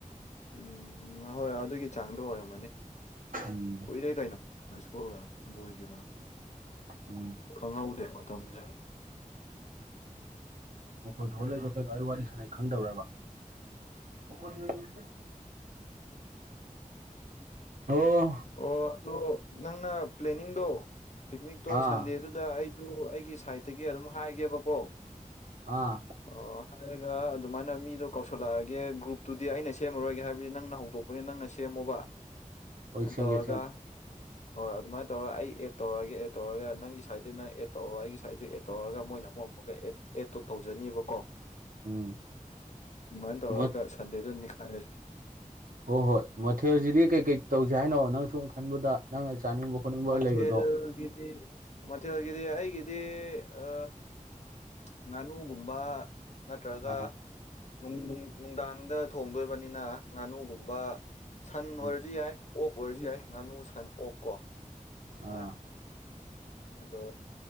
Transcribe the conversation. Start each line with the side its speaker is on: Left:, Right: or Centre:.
Left: ꯎꯝ ꯉꯍꯣꯏ ꯑꯗꯨꯒꯤ ꯆꯥꯡꯗꯣ ꯑꯣꯏꯔꯝꯃꯅꯤ
Right: ꯎꯝ
Left: ꯀꯨꯏꯔꯦ ꯀꯩꯅꯣ ꯍꯥꯏ ꯁ꯭ꯀꯨꯜꯒ ꯂꯣꯏꯒꯤꯕ
Right: ꯎꯝ
Left: ꯈꯪꯍꯧꯗꯦ ꯃꯇꯝꯁꯦ
Right: ꯃꯈꯣꯜ ꯊꯣꯛꯍꯜꯂꯛꯏꯗꯣ ꯀꯩꯅꯣ ꯑꯩ ꯋꯥꯔꯤ ꯁꯥꯟꯅꯩ ꯈꯪꯗꯕ꯭ꯔꯕ <unintelligible> ꯑꯣ
Left: ꯑꯣ ꯑꯗꯣ ꯅꯪꯅ ꯄ꯭ꯂꯦꯅꯤꯡꯗꯣ ꯄꯤꯛꯅꯤꯛꯇꯣ
Right: ꯑꯥ
Left: ꯁꯟꯗꯦ ꯗꯨꯗ ꯑꯩꯖꯨ ꯑꯩꯒꯤ ꯁꯥꯏꯠꯇꯒꯤ ꯑꯗꯨꯝ ꯍꯥꯏꯒꯦꯕꯀꯣ
Right: ꯑꯥ
Left: ꯑꯣ ꯍꯥꯏꯔꯒ ꯑꯗꯨꯃꯥꯏꯅ ꯃꯤꯗꯣ ꯀꯧꯁꯜꯂꯛꯑꯒꯦ ꯒ꯭ꯔꯨꯞꯇꯨꯗꯤ ꯑꯩꯅ ꯁꯦꯝꯃꯔꯣꯏꯒꯦ ꯍꯥꯏꯕꯗꯤ ꯅꯪꯅ ꯍꯧꯗꯣꯛ ꯄꯅꯤ ꯅꯪꯅ ꯁꯦꯝꯃꯨꯕ
Right: ꯍꯣꯏ
Left: ꯑꯗꯨ
Right: ꯁꯦꯝꯒꯦ
Left: ꯇꯧꯔꯒ
Right: ꯁꯦꯝꯒꯦ
Left: ꯍꯣꯏ ꯑꯗꯨꯃꯥꯏ ꯇꯧꯔꯒ ꯑꯩ ꯑꯦꯗ ꯇꯧꯔꯒꯦ ꯑꯦꯗ ꯇꯧꯔꯒ ꯅꯪꯒꯤ ꯁꯥꯏꯠꯇꯤ ꯅꯪꯅ ꯑꯦꯗ ꯇꯧꯔꯣ ꯑꯩꯒꯤ ꯁꯥꯏꯠꯇꯨ ꯑꯦꯠ ꯇꯧꯔꯒ ꯃꯣꯏꯅ ꯑꯃꯨꯛ ꯑꯃꯨꯛꯀ ꯑꯦꯠ ꯑꯦꯠꯇꯣ ꯇꯧꯖꯅꯤꯕꯀꯣ ꯑꯗꯨꯃꯥꯏꯅ
Right: ꯎꯝ
Left: ꯇꯧꯔꯒ
Right: ꯃꯠ
Left: ꯁꯟꯗꯦꯗꯣ ꯅꯤꯛꯈꯥꯏꯔꯁꯤ
Right: ꯍꯣꯏ ꯍꯣꯏ ꯃꯊꯦꯜꯁꯤꯗꯤ ꯀꯩꯀꯩ ꯇꯧꯁꯦ ꯍꯥꯏꯅꯣ ꯅꯪ ꯁꯨꯝ ꯈꯟꯕꯗ ꯅꯪꯅ ꯆꯥꯅꯤꯡꯕ ꯈꯣꯠꯅꯤꯡꯕ
Left: ꯃꯊꯦꯜꯒꯤꯗꯤ
Right: ꯂꯩꯕꯗꯣ
Left: ꯃꯊꯦꯜꯒꯤꯗꯤ ꯑꯩꯒꯤꯗꯤ ꯑ ꯉꯥꯅꯨꯒꯨꯝꯕ ꯅꯠꯇ꯭ꯔꯒ
Right: ꯑꯥ
Left: ꯅꯨꯡ ꯅꯨꯡ ꯅꯨꯡꯗꯥꯡꯗ ꯊꯣꯡꯗꯣꯏꯕꯅꯤꯅ ꯉꯥꯅꯨꯒꯨꯝꯕ ꯁꯟ ꯑꯣꯏꯔꯁꯨ
Right: ꯎꯝ
Left: ꯌꯥꯏ ꯑꯣꯛ ꯑꯣꯏꯔꯁꯨ ꯌꯥꯏ ꯉꯥꯅꯨ ꯁꯟ ꯑꯣꯛ ꯀꯣ ꯑꯗꯨꯃꯥꯏꯅ
Right: ꯑꯥ
Left: ꯑꯗꯣ